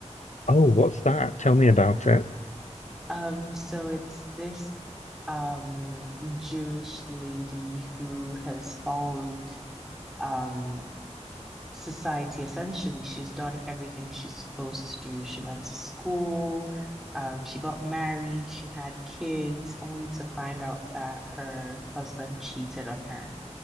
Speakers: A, on the left (about 80°); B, in the centre.
A: oh, what's that? Tell me about it.
B: Um, so it's this um Jewish lady who has followed um society essentially. She's done everything she's supposed to do. She went to school, um, she got married, she had kids, only to find out that her husband cheated on her.